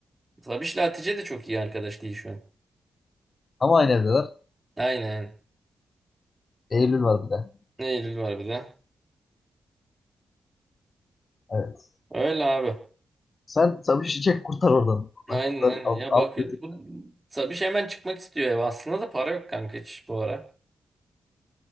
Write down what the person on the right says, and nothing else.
Sabiş'le Hatice de çok iyi arkadaş değil şu an.
Aynen.
Eylül var bir de.
Öyle abi.
Aynen
aynen.
Ya
bak
bu Sabiş hemen çıkmak istiyor eve. Aslında da para yok kanka hiç bu ara.